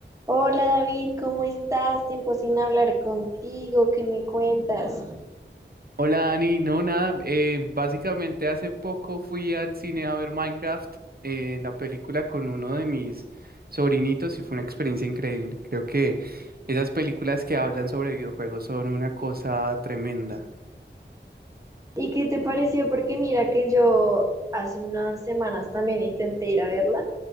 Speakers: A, on the right; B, on the right.
A: Hola David, ¿cómo estás? Tiempo sin hablar contigo, ¿qué me cuentas?
B: Hola Dani, no nada, eh, básicamente hace poco fui al cine a ver Minecraft, eh, la película con uno de mis sobrinitos y fue una experiencia increíble. Creo que esas películas que hablan sobre videojuegos son una cosa tremenda.
A: ¿Y qué te pareció? Porque mira que yo hace unas semanas también intenté ir a verla,